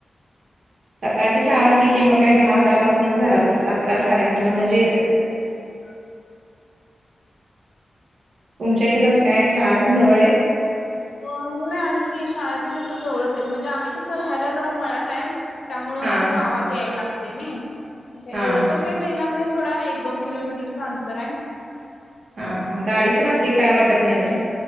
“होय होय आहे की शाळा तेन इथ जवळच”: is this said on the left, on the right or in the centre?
Left